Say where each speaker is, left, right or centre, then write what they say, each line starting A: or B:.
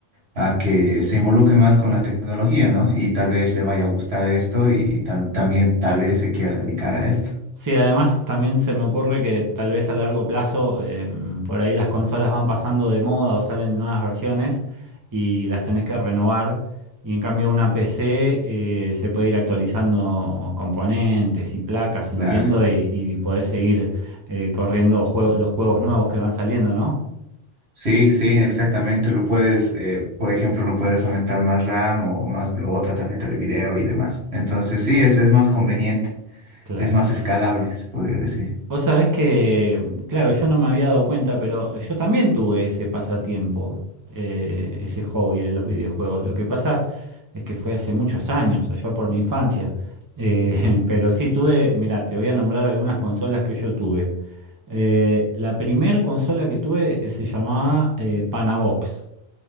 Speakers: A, on the right (about 75°); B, on the right (about 20°).
A: a que se involucre más con la tecnología, ¿no? Y tal vez le vaya a gustar esto y tal- también tal vez se quiera dedicar a esto.
B: Sí, además también se me ocurre que tal vez a largo plazo eh, por ahí las consolas van pasando de moda o salen nuevas versiones y las tenés que renovar. Y en cambio una PC eh, se puede ir actualizando componentes y placas, entiendo,
A: Claro.
B: y, y podés seguir eh, corriendo juego- los juegos nuevos que van saliendo, ¿no?
A: Sí, sí, exactamente. Lo puedes, eh, por ejemplo, lo puedes aumentar más RAM o más otra tarjeta de video y demás. Entonces, sí, es, es más conveniente,
B: Claro.
A: es más escalable, se podría decir.
B: Vos sabés que, claro, yo no me había dado cuenta, pero yo también tuve ese pasatiempo, eh, ese hobby de los videojuegos. Lo que pasa es que fue hace muchos años, allá por mi infancia. Eh, <laughs> pero sí tuve, mira, te voy a nombrar algunas consolas que yo tuve. Eh, la primer consola que tuve eh, se llamaba eh, Panabox.